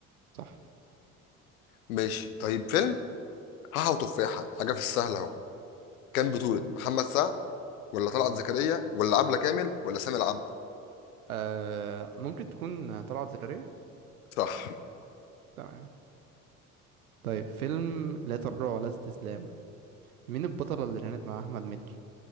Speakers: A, on the right; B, on the left.
A: صح
B: ماشي طيب فيلم حاحة وتفاحة حاجة في السهل اهو كان بطولة محمد سعد ولا طلعت زكريا ولا عبلة كامل ولا سامي العبد
A: آه ممكن تكون طلعت زكريا
B: صح
A: تمام طيب فيلم لا تراجع ولا استسلام مين البطلة اللي كانت مع أحمد مكي؟